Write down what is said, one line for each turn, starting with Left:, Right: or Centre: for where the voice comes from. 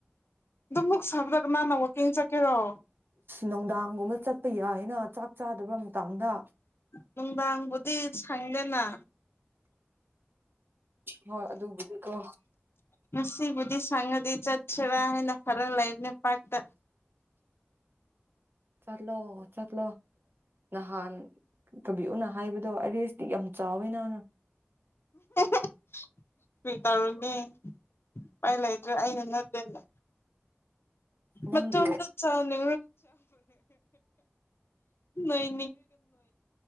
Left: ꯑꯗꯨꯝꯃꯨꯛ ꯁꯕꯗꯒ ꯃꯥꯅ ꯋꯥꯀꯜ ꯆꯠꯀꯦꯔꯣ
Right: ꯅꯨꯡꯗꯥꯡꯒꯨꯝꯕ ꯆꯠꯄ ꯌꯥꯏꯅ ꯆꯥꯛ ꯆꯥꯗꯕ ꯃꯇꯥꯡꯗ
Left: ꯅꯨꯗꯥꯡꯕꯨꯗꯤ ꯁꯥꯡꯂꯦꯅ
Right: ꯍꯣꯏ ꯑꯗꯨꯕꯨꯗꯤꯀꯣ
Left: ꯃꯦꯖꯁꯤ ꯈꯪꯉꯗꯤ ꯆꯠꯁꯤꯔꯥ ꯍꯥꯏꯅ ꯈꯔ ꯂꯩꯕ ꯅ ꯄꯥꯛꯇ
Right: ꯆꯠꯂꯣ ꯆꯠꯂꯣ ꯅꯍꯥꯟ ꯀꯕꯤ ꯎꯅ ꯍꯥꯏꯕꯗꯣ ꯑꯔꯦꯁꯇꯤ ꯌꯥꯝ ꯆꯥꯎꯋꯤ ꯅꯍꯅ
Left: <inaudible> ꯀꯤ ꯇꯥꯔꯨꯅꯦ ꯎꯄꯥꯏ ꯂꯩꯇ꯭ꯔꯦ ꯑꯩꯅ ꯅꯠꯇꯦꯅ
Right: ꯅꯪꯒꯤ
Left: ꯃ ꯆꯒ ꯆꯥꯕꯅꯦ ꯅ ꯏ